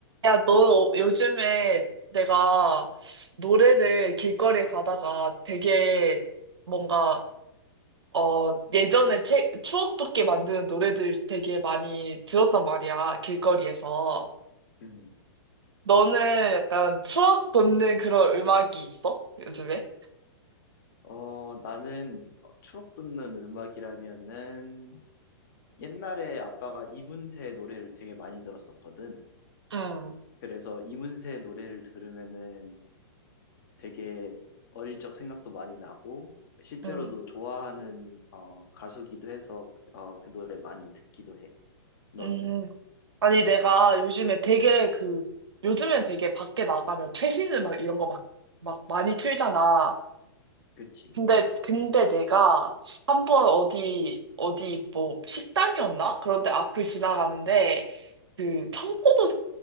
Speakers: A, on the right; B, on the left.
A: 야, 너 요즘에 내가 노래를 길거리에 가다가 되게 뭔가, 어, 예전에 책, 추억 돋게 만드는 노래들 되게 많이 들었단 말이야, 길거리에서.
B: 음.
A: 너는 약간 추억 돋는 그런 음악이 있어? 요즘에?
B: 어, 나는 추억 돋는 음악이라면은 옛날에 아빠가 이문세 노래를 되게 많이 들었었거든.
A: 응,
B: 그래서 이문세 노래를 들으면은 되게 어릴 적 생각도 많이 나고 실제로도
A: 응,
B: 좋아하는 어, 가수기도 해서 어, 그 노래 많이 듣기도 해. 너는?
A: 응. 아니, 내가 요즘에 되게 그, 요즘엔 되게 밖에 나가면 최신 음악 이런 거 막, 막 많이 틀잖아.
B: 그치?
A: 근데, 근데 내가 한번 어디, 어디 뭐 식당이었나? 그런데 앞을 지나가는데 그 청포도